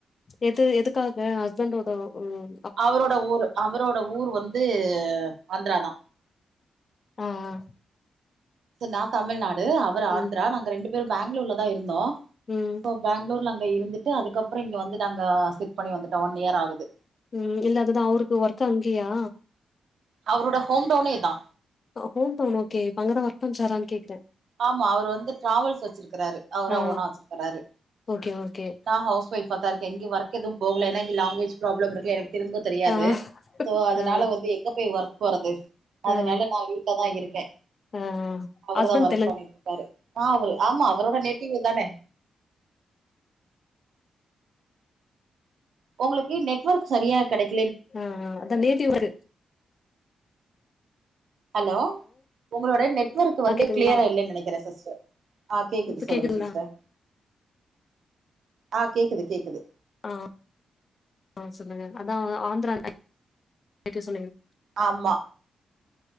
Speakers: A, on the left (about 40°); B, on the right (about 65°).
A: எது எதுக்காக ஹஸ்பண்டோட உம்
B: அவரோட ஊர் அவரோட ஊர் வந்து ஆந்த்ரா தா
A: ஆ ஆ
B: நா தமிழ்நாடு அவர் ஆந்திரா
A: ம்
B: நாங்க ரெண்டு பேரு பேங்களூர்ல தா இருந்தோ
A: ம்
B: அப்போ பெங்களூர்ல அங்க இருந்துட்டு அதுக்கப்புறோ இங்க வந்து நாங்க சிஃப்ட் பண்ணி வந்துட்டோ ஒன் இயர் ஆகுது
A: உம் இல்ல அதுதா அவருக்கு ஒர்க் அங்கியா
B: அவரோட ஹோம் டவுனே அதா
A: ஹோம்டவுன் ஓகாகே இப்ப அங்க தா வொர்க் பன்றாரான்னு கேக்குரே
B: ஆமா அவர் வந்து டிராவல்ஸ் வச்சிருக்கறாரு அவரா
A: ஆ
B: ஓனா வச்சிருக்காரு
A: ஓகே ஓகே
B: நா ஹவுஸ் ஒய்ஃப் பத்தாதுக்கு எங்கயு வொர்க் எது போகலனா லேங்குவேஜ் ப்ராபளம் இருக்கு எனக்கு தெரிஞ்சு தெரியாது
A: ஆ
B: சோ அதனால
A: ஆ
B: வந்து எங்க போய் ஒர்க் போறது அதனால
A: ஆ
B: நா வீட்ல தா இருக்க
A: ஆ
B: அவரு
A: ஹஸ்பண்ட்
B: தா ஒர்க்
A: தெலுங்கா
B: பண்ணிட்டு இருக்காரு ஆ அவரு ஆமா அவரோட நேட்டிவ் இத்தானே உங்களுக்கு நெட்ஒர்க் சரியா கெடைக்
A: ஆ ஆ அதா நேட்டிவ் அவருக்கு
B: ஹலோ உங்களோட நெட்வொர்க் வந்து
A: ஆ கேக்குதுங்களா
B: கிளியரா இல்லைன்னு நெனக்கிற சிஸ்டர் ஆ கேக்குது
A: இப்ப
B: சொல்லுங்க
A: கேக்குதுங்களா
B: சிஸ்டர் ஆ கேக்குது கேக்குது
A: ஆ ஆ சொல்லுங்க அதாஆந்திரா நேட்டிவ் சொன்னீங்களே
B: ஆமா